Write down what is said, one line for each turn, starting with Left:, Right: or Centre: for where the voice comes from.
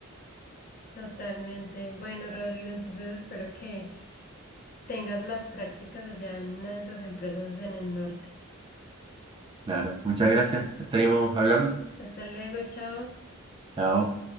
Left: Totalmente. Bueno, Rodrigo, entonces espero que tengas las prácticas allá en una de esas empresas en el norte.
Right: Claro, muchas gracias. Estaremos hablando.
Left: Hasta luego, chao.
Right: Chao.